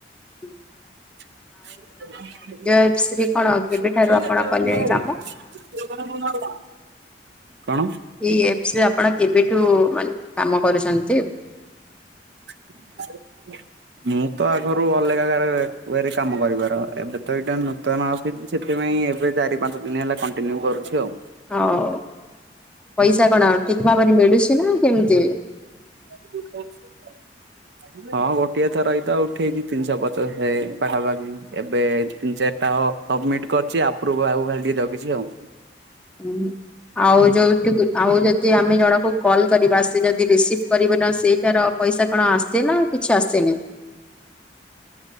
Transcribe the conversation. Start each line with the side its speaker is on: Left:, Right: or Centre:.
Centre: ହୁଁ।
Right: <inaudible>
Centre: ଏପ୍ସ ରେ କଣ କେବେଠାରୁ
Right: <inaudible>
Centre: ଆପଣ କଲେଣି କାମ?
Right: କଣ?
Centre: ଏଇ ଆପ୍ ରେ ଆପଣ କେବେଠୁ ମାନେ କାମ କରୁଛନ୍ତି?
Right: <inaudible> ମୁଁ ତ ଆଗୁରୁ ଅଲେଗା ଗାରେ ୱେରିଂ କାମ କରିବାର ଏବେ ଏଇଟା ନୂତନ ଅସିଛି ସେଥିପାଇଁ। ଏବେ ଚାରି ପାଞ୍ଚ ଦିନ ହେଲା କଣ୍ଟିନ୍ୟୁ କରୁଛି ଆଉ।
Centre: ହଉ ପଇସା କଣ ଠିକ ଭାବରେ ମିଳୁଛି ନା କେମିତି?
Right: <unintelligible> ହଁ ଗୋଟିଏ ଥର ଏଇତ ଉଠେଇଛି ତିନିଶହ ପଚାଶ ପାଖାପାଖି ଏବେ ତିନି ଚାରି ସବମିଟ କରିଛି ଆପୃଭ କୁ ଖାଲି ଟିକେ ଜଗିଛି ଆଉ।
Centre: ହ ଆଉ ଜଉ ଠିକି ଆଉ ଯଦି ଆମେ ଜଣକୁ କଲ୍ କରିବା ସେ ଯଦି
Right: <inaudible> <inaudible>
Centre: ରିସିଭ୍
Right: ହଁ
Centre: କରିବ ନା ସେଇଟାର ପଇସା କଣ ଆସେ ନା କିଛି ଆସେନି?